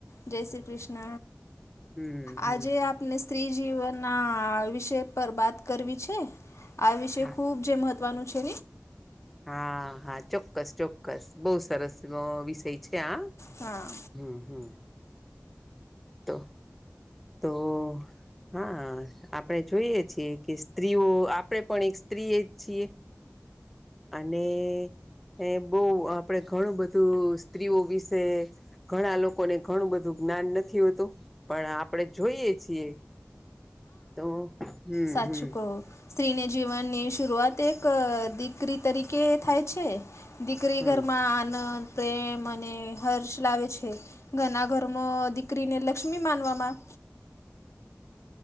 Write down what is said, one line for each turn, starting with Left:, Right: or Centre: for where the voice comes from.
Left: જય શ્રી કૃષ્ણ
Centre: હમ હમ
Left: આજે આપને સ્ત્રીજીવનના વિષય પર વાત કરવી છે આ વિષ
Centre: હા
Left: ખૂબ જે મહ ત્વાનું છે.
Centre: હા હા ચોક્કસ ચોક્કસ બહુ સરસ નો વિષય છે આ
Left: હા.
Centre: હમ હમ તો. તો હા. આપણે જોઈએ છીએ કે સ્ત્રીઓ આપણેે પણ એક સ્ત્રીએ જ છીએ. અને. એ બહુ આપડે ઘણું બધું સ્ત્રીઓ વિશે. ઘણા લોકોને ઘણું બધું જ્ઞાન નથી હોતું પણ. આપણે જોઈએ છીએ. તો. હમ
Left: સાચુ
Centre: હમ
Left: ક‌ઉ. સ્ત્રીને જીવનની શરૂઆત એક દીકરી તરીકે થાય છે. દીકરી
Centre: હમ
Left: ઘરમાં આનંદ પ્રેમ અને હર્ષ લાવે છે ઘના ઘરમાં દીકરીને લક્ષ્મી માનવામાં.